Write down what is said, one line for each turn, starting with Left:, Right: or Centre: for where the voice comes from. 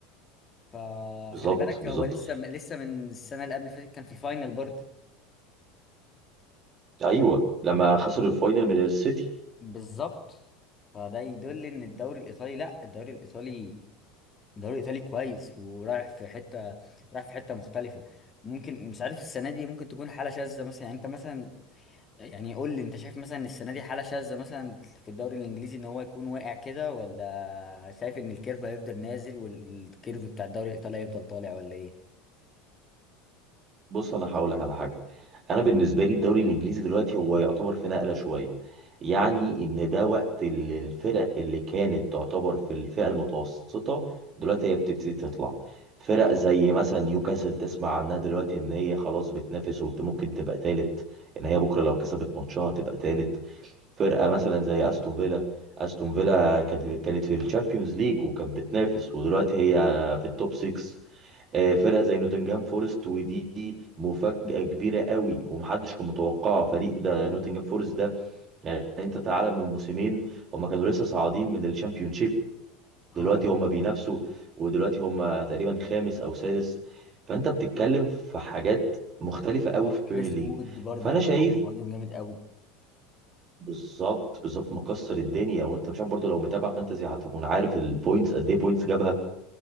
Left: فخلي
Right: بالظبط
Left: بالك
Right: بالظبط
Left: هو لسه لسه من السنة اللي قبل اللي فاتت كان في الفاينل برضه
Right: ايوه لما خسر الفاينل من السيتي
Left: بالظبط فده يدل ان الدوري الايطالي لا الدوري الايطالي الدوري الايطالي كويس ورايح في حته رايح في حته مختلفه ممكن مش عارف السنه دي ممكن تكون حاله شاذه مثلا يعني انت مثلا يعني قول لي انت شايف مثلا السنه دي حاله شاذه مثلا في الدوري الانجليزي ان هو يكون واقع كده ولا شايف ان الكيرف هيفضل نازل والكيرف بتاع الدوري الايطالي هيفضل طالع ولا ايه؟
Right: بص انا هقول لك على حاجه انا بالنسبه لي الدوري الانجليزي دلوقتي هو يعتبر في نقله شويه يعني ان ده وقت ال- الفرق اللي كانت تعتبر في الفئه المتوسطه دلوقتي هي بتبتدي تطلع فرق زي مثلا نيوكاسل تسمع عنها دلوقتي ان هي خلاص بتنافس وممكن تبقى تالت ان هي بكره لو كسبت ماتشها تبقى تالت فرقه مثلا زي استون فيلا استون فيلا كانت كانت في الشامبيونز ليج وكانت بتنافس ودلوقتي هي في التوب 6 آه، فرقه زي نوتنجهام فورست ودي مفاجاه كبيره قوي ومحدش كان متوقعها فريق ده نوتنجهام فورست ده يعني انت تعالى من موسمين هما كانوا لسه صاعدين من الشامبيونشيب دلوقتي
Left: اه
Right: هما بينافسوا ودلوقتي هما تقريبا خامس او سادس فانت بتتكلم في حاجات مختلفه قوي
Left: اه
Right: في البريمير
Left: كريس
Right: ليج
Left: وود برضو
Right: فانا
Left: بتاعهم
Right: شايف
Left: مهاجم جامد قوي
Right: بالظبط بالظبط مكسر الدنيا وانت مش عارف برضه لو متابع فانتزي هتكون عارف البوينتس قد ايه بوينتس جابها